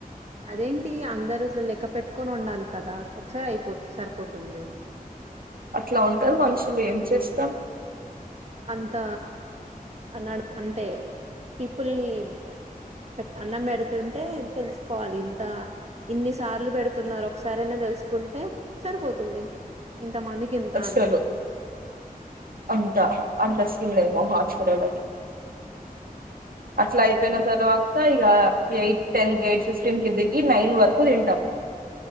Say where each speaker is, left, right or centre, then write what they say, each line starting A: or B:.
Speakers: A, on the right; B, on the right.
A: అదేంటి అందరు ఇట్లా లెక్క పెట్టుకొని వొండాలి కదా ఒకసారి అయిపో సరిపోతుంది
B: అట్లా ఉంటరు మనుషులు ఏం చేస్తాం
A: అంత నడప్ అంటే పీపుల్ని పె అన్నం పెడుతుంటే తెలుసుకోవాలి ఇంత ఇన్ని సార్లు పెడుతున్నారు ఒకసరైన తెల్ స్కుంటే సరిపోతుంది ఇంతమందికి ఇంత
B: అస్సలు
A: అని
B: అంత అంత సీన్లేదు మా హాస్టలోలకి అట్లా అయిపోయిన తర్వాత ఇగ ఎయిట్ టెన్ ఎయిట్ ఫిఫ్టీన్ కి దిగి నైన్ వరకు తింటాం